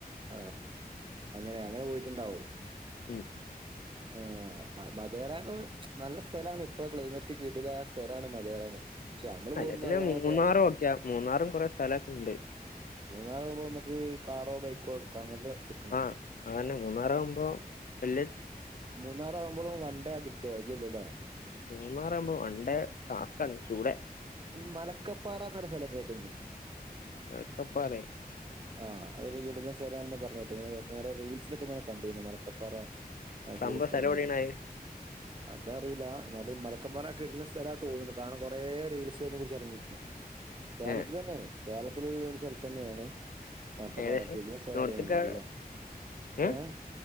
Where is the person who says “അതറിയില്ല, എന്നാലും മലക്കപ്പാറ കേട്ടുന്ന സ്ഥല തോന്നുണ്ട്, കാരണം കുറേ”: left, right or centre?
Right